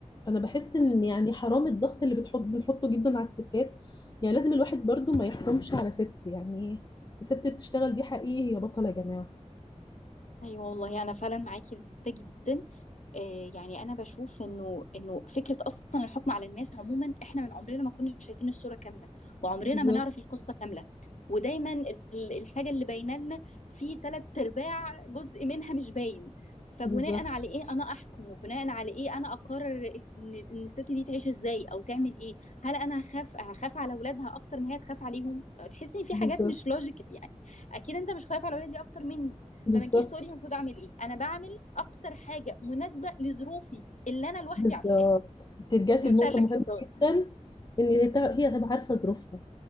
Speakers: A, on the left (about 35°); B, on the left (about 70°).
A: فأنا بحس إن
B: صح
A: يعني حرام الضغط اللي بتحط بنحطه جدا على الستات يعني لازم الواحد برضو ما يحكمش على ست يعني الست بتشتغل دي حقيقي يا بطلة يا جماعة
B: ايوه والله انا فعلا معاكي في ده جدا آه، يعني انا بشوف انه انه فكره اصلا الحكم على الناس عموما احنا من عمرنا ما كنا شايفين الصوره كامله وعمرنا
A: بالظبط
B: ما نعرف القصه كامله ودايما ال- الحاجه اللي باينه لنا في تلات ارباع جزء منها مش باين فبناء
A: بالظبط
B: على ايه انا احكم وبناء على ايه انا اقرر ان ان الست دي تعيش ازاي او تعمل ايه هل انا هخاف هخاف على اولادها اكتر ما هي تخاف عليهم تحس ان في
A: بالظبط
B: حاجات مش لوجيكال يعني اكيد انت مش خايف على ولادي اكتر مني
A: بالظبط
B: فما تجيش تقولي المفروض اعمل ايه انا بعمل اكتر حاجه مناسبه لظروفي اللي انا لوحدي
A: بالظبط
B: عارفاها
A: انت
B: <laughs>
A: رجعتي
B: بمنتهى
A: لنقطة
B: الاختصار
A: مهمة جدا ان هي تع- هي هتبقى عارفة ظروفها